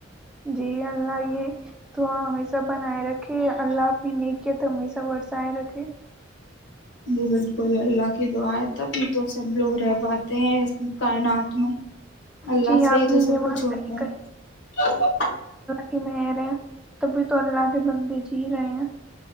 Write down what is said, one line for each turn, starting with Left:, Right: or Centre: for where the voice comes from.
Centre: جی اللہ یہ تو ہمیشہ بنائے رکھے اللہ اپنی نے کیا تو ہمیشہ بورسائے رکھے
Left: جی بالکل اللہ کی دعا تب تو سب لوگ رہ پاتے ہیں اس کائنات میں اللہ
Centre: جی
Left: سے
Centre: آپ
Left: ہی
Centre: نے
Left: تو سب
Centre: یہ
Left: کچھ
Centre: بات
Left: ہوتا
Centre: صحیح
Left: ہے
Centre: کہ میں رہے تبھی تو اللہ کے بندے جی رہے ہیں